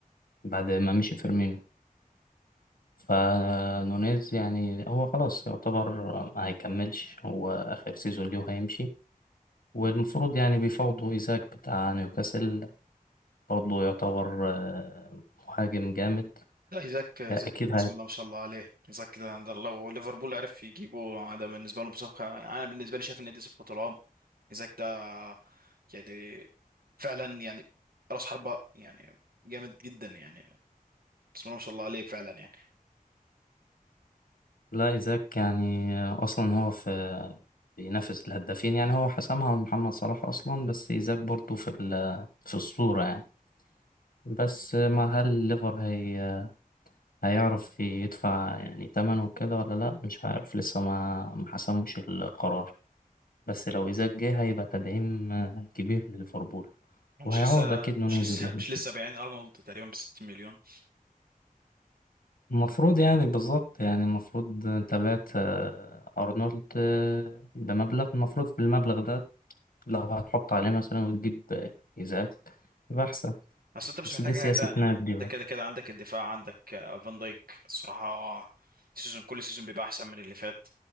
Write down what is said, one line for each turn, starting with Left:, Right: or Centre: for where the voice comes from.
Left: بعد ما مشي فيرمينو فنونيز يعني هو خلاص يعتبر ما هيكملش هو آخر سيزون ليه وهيمشي والمفروض يعني بيفاوضوا إيزاك بتاع نيوكاسل برضه يعتبر آه، مهاجم جامد
Right: لا ايزاك ايزاك
Left: آه، أكيد
Right: بسم الله ما شاء الله عليه ايزاك ده, ده لو ليفربول عرف يجيبه ده بالنسبه له بصفقه يعني انا بالنسبه لي شايف ان دي صفقه العام ايزاك ده يعني فعلا يعني راس حربه يعني جامد جدا يعني بسم الله ما شاء الله عليه فعلا يعني
Left: لا إيزاك يعني أصلا هو في بينافس الهدافين يعني هو حسمها من محمد صلاح أصلا بس إيزاك برضه في ال- في الصورة يعني بس ما هل الليفر هي هيعرف يدفع يعني تمنه وكده ولا لا مش عارف لسه ما ما حسموش القرار بس لو إيزاك جه هيبقى تدعيم كبير لليفربول
Right: هو
Left: وهيعوض
Right: مش لسه
Left: أكيد
Right: مش
Left: نونيز
Right: لسه
Left: باللون
Right: مش لسه بايعين ارنولد تقريبا ب 60 مليون
Left: المفروض يعني بالظبط يعني المفروض انت بعت آه، أرنولد آه، بمبلغ المفروض بالمبلغ ده لو هتحط عليه مثلا وتجيب إزاك يبقى أحسن
Right: اصل انت مش
Left: بس
Right: محتاج
Left: دي سياسة
Right: حاجه تانية
Left: نادي
Right: انت
Left: بقى
Right: كده كده عندك الدفاع عندك آه، فان دايك الصراحه آه، سيزون كل سيزون بيبقى احسن من اللي فات